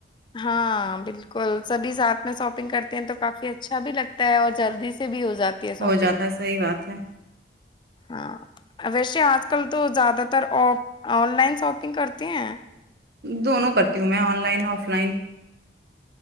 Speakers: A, on the left; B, on the right.
A: ہاں بالکل سبھی ساتھ میں شاپنگ کرتے ہیں تو کافی اچھا بھی لگتا ہے اور جلدی سے بھی ہو جاتی ہے شاپنگ
B: ہو جاتا ہے صحیح بات اچھا <unintelligible>
A: ہاں ویسے آج کل تو زیادہ تر آن لائن شاپنگ کرتی ہیں <unintelligible>
B: دونوں کرتی ہوں میں آن لائن آف لائن